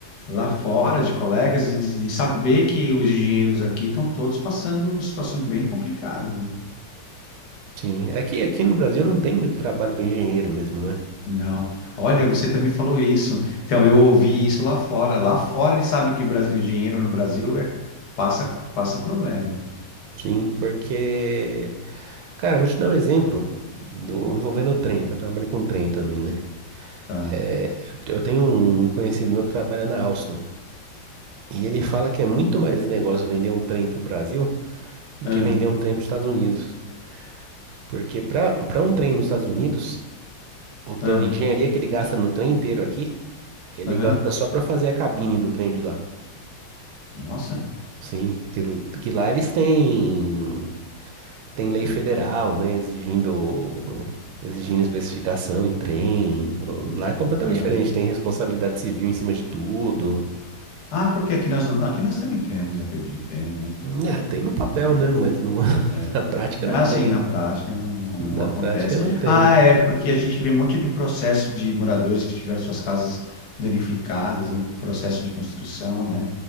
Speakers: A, on the left; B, on the right.
A: lá fora de colegas e de, de saber que os engenheiros aqui estão todos passando situações bem complicadas. né?
B: Sim, aqui, aqui no Brasil não tem muito trabalho para engenheiro mesmo, né?
A: Não. Olha, você também falou isso. Então, eu ouvi isso lá fora. Lá fora eles sabem que Brasi- engenheiro no Brasil é, passa, passa problema.
B: Sim, porque Cara, eu vou te dar um exemplo do, envolvendo o trem, que eu trabalho com trem também, né?
A: Tá.
B: É, eu tenho um conhecido meu que trabalha na Alstom. E ele fala que é muito mais negócio vender um trem pro Brasil do
A: Ah,
B: que vender um trem para os Estados Unidos. Porque para para um trem nos Estados Unidos, o, tão-
A: ah,
B: a engenharia que ele gasta no trem inteiro aqui, ele
A: aham.
B: gasta só para fazer a cabine do trem de lá.
A: Nossa.
B: Sim, que, que lá eles têm. Tem lei federal, né, exigindo exigindo especificação em trem. Lá é completamente
A: Tá.
B: diferente, tem responsabilidade civil em cima de tudo.
A: Ah, porque aqui nós não, aqui nós também temos, acredito, temos, né?
B: É, tem no papel,
A: Tem.
B: né, mas no- <laughs>
A: é.
B: na prática não
A: É assim,
B: tem.
A: na prática, não, não-
B: Na
A: não acontece.
B: prática não tem.
A: Ah, é, porque a gente vê um monte de processo de moradores que tiveram suas casas danificadas no processo de construção, né?